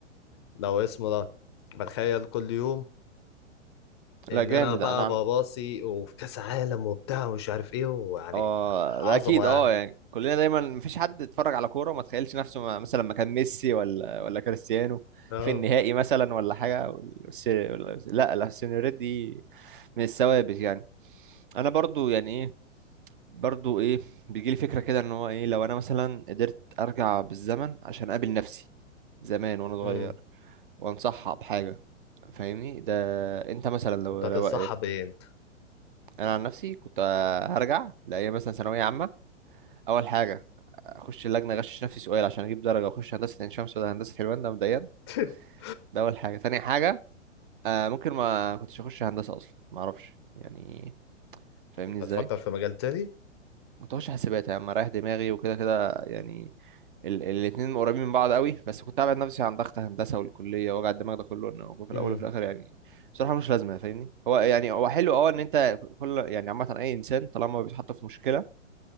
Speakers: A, on the left; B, on the right.
A: لو اسمه ده بتخيل كل يوم ان
B: لا جامد
A: انا بقى
B: انا
A: بباصي
B: عن...
A: وفي كاس عالم وبتاع ومش عارف ايه ويعني
B: اه
A: عظمه
B: ده اكيد
A: يعني
B: اه يعني كلنا دايما مفيش حد اتفرج على كوره وما تخيلش نفسه ما- مثلا ما كان ميسي ولا ولا كريستيانو
A: اه
B: في النهائي مثلا ولا حاجه والس- ولا- لا لا السينيوريت دي من الثوابت يعني انا برضو يعني ايه برضو ايه بيجي لي فكره كده ان هو ايه لو انا مثلا قدرت ارجع بالزمن عشان اقابل نفسي زمان وانا صغير
A: امم
B: وانصحها بحاجه فاهمني ده انت مثلا لو
A: كنت هتتصحى
B: لو
A: ايه انت
B: انا عن نفسي كنت هرجع لايام مثلا ثانويه عامه اول حاجه اخش اللجنه اغشش نفسي سؤال عشان اجيب درجه واخش هندسه عين شمس ولا هندسه حلوان ده مبدئيا
A: <laughs>
B: ده اول حاجه تاني حاجه آه ممكن ما كنتش اخش هندسه اصلا ما اعرفش يعني فاهمني
A: كنت
B: ازاي
A: هتفكر في مجال تاني
B: كنت اخش حاسبات يا عم رايح دماغي وكده كده يعني ال الاتنين قريبين من بعض قوي بس كنت ابعد نفسي عن ضغط هندسه والكليه ووجع الدماغ ده كله انه هو في
A: امم
B: الاول وفي الاخر يعني بصراحه مش لازمه فاهمني هو يعني هو حلو اه ان انت كل يعني عامه اي انسان طالما بيتحط في مشكله